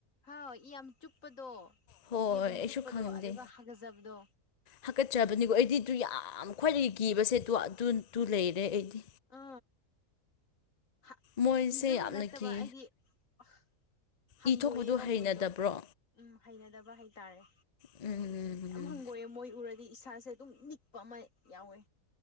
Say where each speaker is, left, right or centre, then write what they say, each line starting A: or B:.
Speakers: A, on the left (about 60°); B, on the left (about 40°).
A: ꯍꯥꯎ ꯏ ꯌꯥꯝ ꯆꯨꯞꯄꯗꯣ
B: ꯍꯣꯏ
A: ꯏ ꯑꯗꯨꯝ
B: ꯑꯩꯁꯨ
A: ꯆꯨꯞꯄꯗꯣ
B: ꯈꯪꯗꯦ
A: ꯑꯗꯨꯒ ꯍꯥꯒꯖꯕꯗꯣ
B: ꯍꯥꯀꯠꯆꯕꯅꯤꯀꯣ ꯑꯩꯗꯤ ꯑꯗꯨ ꯌꯥꯝ ꯈ꯭ꯋꯥꯏꯗꯒꯤ ꯀꯤꯕꯁꯦ ꯑꯗꯨ ꯑꯗꯨ ꯗꯨ ꯂꯩꯔꯦ ꯑꯩꯗꯤ
A: ꯑ ꯍꯥ
B: ꯃꯣꯏꯁꯦ
A: ꯀꯤꯖꯕ
B: ꯌꯥꯝꯅ
A: ꯅꯠꯇꯕ
B: ꯀꯤ
A: ꯑꯩꯗꯤ ꯑꯥ ꯍꯪꯒꯣꯏꯌꯦꯕ
B: ꯏ ꯊꯣꯛꯄꯗꯣ ꯍꯩꯅꯗꯕ꯭ꯔꯣ
A: ꯃꯣꯏꯗꯣ ꯎꯝ ꯍꯩꯅꯗꯕ ꯍꯩꯇꯥꯔꯦ
B: ꯎꯝ
A: ꯌꯥꯝ ꯍꯪꯒꯣꯏꯌꯦ ꯃꯣꯏ ꯎꯔꯗꯤ ꯏꯁꯥꯁꯦ ꯑꯗꯨꯝ ꯅꯤꯛꯄ ꯑꯃ ꯌꯥꯎꯋꯦ